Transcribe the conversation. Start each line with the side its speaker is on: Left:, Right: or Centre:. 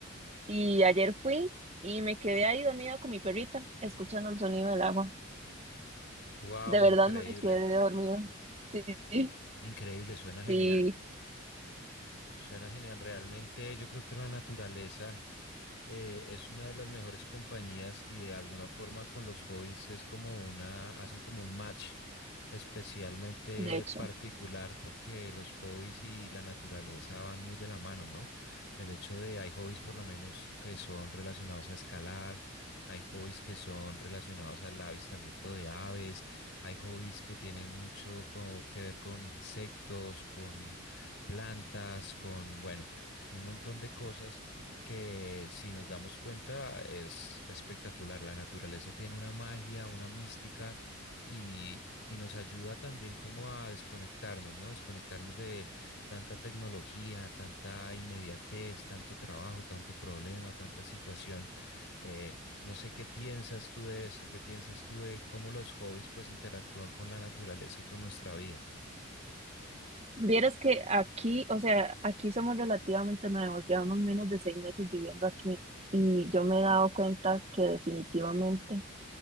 Right: y ayer fui y me quedé ahí dormida con mi perrita, escuchando el sonido del agua.
Left: Wow,
Right: De verdad
Left: increíble,
Right: me quedé dormida. Sí,
Left: increíble, suena genial.
Right: sí,
Left: Suena genial. Realmente yo creo que la naturaleza eh, es una de las mejores compañías y de alguna forma con los hobbies es como una, hacen como un match especialmente
Right: de hecho.
Left: particular porque los hobbies y la naturaleza van muy de la mano, ¿no? El hecho de hay hobbies por lo menos que son relacionados a escalar, hay hobbies que son relacionados al avistamiento de aves, hay hobbies que tienen mucho co- que ver con insectos, con plantas, con, bueno, un montón de cosas que si nos damos cuenta es espectacular. La naturaleza tiene una magia, una mística y, y nos ayuda también como a desconectarnos, ¿no? Desconectarnos de tanta tecnología, tanta inmediatez, tanto trabajo, tanto problema, tanta situación. Eh, no sé qué piensas tú de esto, qué piensas tú de cómo los hobbies pues interactúan con la naturaleza y con nuestra vida.
Right: Vieras que aquí, o sea, aquí somos relativamente nuevos, llevamos menos de seis meses viviendo aquí y yo me he dado cuenta que definitivamente